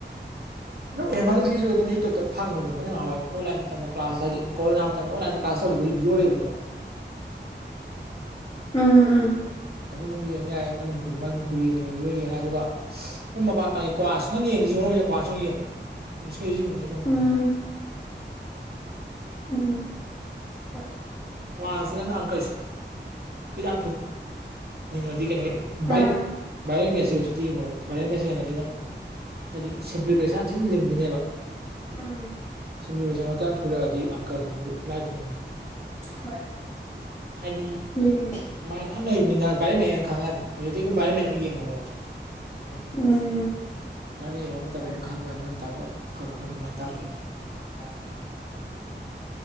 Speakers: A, on the right; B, on the left.
A: ꯑꯗꯨꯝ ꯑꯦꯝ ꯑꯜꯒꯤꯁꯨ ꯑꯗꯨꯝ ꯌꯨꯇꯨꯕꯇ ꯐꯪꯕꯅꯤ ꯍꯥꯎꯋꯦ ꯑꯣꯟꯂꯥꯏꯟ ꯃꯇꯝꯗ ꯀ꯭ꯂꯥꯁ ꯍꯥꯏꯗꯤ ꯀꯣꯔꯣꯅꯥ ꯃꯇꯝꯗ ꯑꯣꯟꯂꯟ ꯀ꯭ꯂꯥꯁ ꯕꯤꯖꯣꯔꯦꯕꯅꯦꯕ
B: ꯎꯝ ꯎꯝ
A: ꯑꯗꯨ ꯑꯗꯨꯝ ꯌꯦꯡ ꯌꯥꯏ ꯃꯅꯤꯄꯨ ꯃꯅꯤꯄꯨꯔꯤ ꯌꯦꯡꯅꯤꯡꯉꯅꯤ ꯑꯣꯏ ꯌꯦꯡꯉ ꯑꯗꯨꯒ ꯅꯝ ꯃꯄꯥꯟ ꯀ꯭ꯋꯥꯁ ꯅꯪ ꯌꯦꯡꯗꯁꯦ ꯃꯔꯨꯏ ꯑꯣꯏꯅ ꯀ꯭ꯋꯥꯥꯁ ꯑꯣꯏꯅ ꯌꯦꯡꯉꯨ ꯏꯪꯂꯤꯁ ꯀꯩꯁꯨ ꯑꯗꯨꯝ ꯉꯝꯅꯤ
B: ꯎꯝ ꯎꯝ ꯍ
A: ꯃꯁꯤ ꯅꯪ ꯑꯪꯀꯜꯁꯤ ꯌꯥꯝ ꯊꯨꯅ ꯅꯤꯡꯉꯗꯤ ꯀꯩꯅꯣꯅꯤ ꯚꯥꯏꯔꯦꯜ
B: ꯑꯥ
A: ꯃꯦꯁꯦꯖ ꯑꯗꯨꯖꯤꯗꯤ ꯌꯦꯡꯉꯧꯕ ꯚꯥꯏꯔꯦꯟ ꯃꯦꯁꯦ ꯌꯦꯡꯉꯗꯤ ꯅꯪ ꯍꯥꯏꯗꯤ ꯁꯤꯝꯄ꯭ꯂꯤꯐꯤꯀꯦꯁꯟ ꯌꯥꯝ ꯊꯤꯅ ꯂꯤꯡꯗꯣꯏꯅꯦꯕ
B: ꯑꯥ
A: ꯌꯨꯝꯂꯤ ꯃꯁꯤꯡꯁꯪ ꯃꯇꯝ ꯊꯨꯔꯛꯑꯗꯤ ꯑꯪꯀꯜꯗꯨꯁꯨ ꯂꯥꯏꯇꯅꯤꯅ
B: ꯍꯣꯏ
A: ꯍꯥꯏꯗꯤ
B: ꯌꯦꯡꯒꯦ
A: ꯀꯃꯥꯏꯅ ꯌꯥꯝ ꯂꯩꯕꯅꯤꯅ ꯚꯥꯏꯔꯃꯦꯦꯟꯅ ꯈꯪꯉꯑꯅꯤ ꯍꯧꯖꯤꯛꯇꯤ ꯑꯗꯨꯝ ꯚꯔꯃꯦꯦꯟꯗ ꯌꯦꯡꯍꯧꯨꯔꯁꯦ ꯑ
B: ꯎꯝ
A: ꯃꯔ ꯌꯦꯡ ꯃꯇꯝꯗ
B: ꯍꯣꯏ
A: ꯑꯗꯨꯝ ꯈꯪꯉꯅꯤ ꯃꯔ ꯇꯥꯄ ꯀ ꯀꯣꯔ ꯀꯃꯥꯏꯅ ꯇꯥꯒꯦ
B: <inaudible>